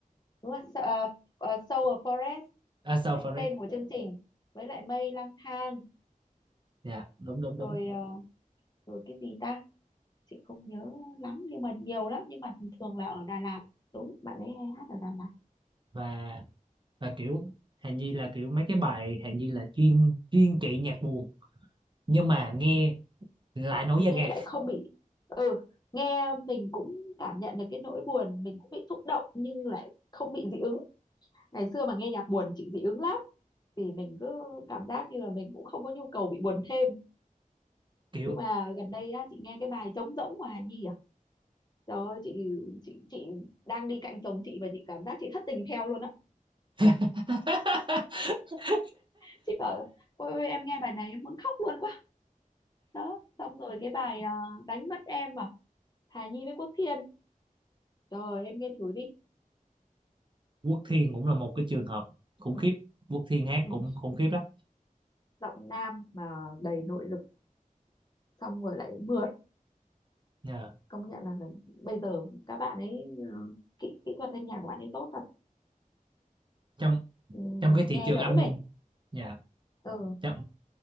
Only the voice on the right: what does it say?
uh, So
For
It
dạ đúng đúng
đúng
và và kiểu Hạnh Nhi là kiểu mấy cái bài Hạnh Nhi là chuyên chuyên trị nhạc buồn nhưng mà nghe lại nổi da
gà
kiểu
<laughs>
Quốc Thiên cũng là một cái trường hợp khủng
khiếp Quốc Thiên hát
cũng khủng khiếp lắm
Dạ.
trong
trong cái thị
trường
âm
dạ.
trong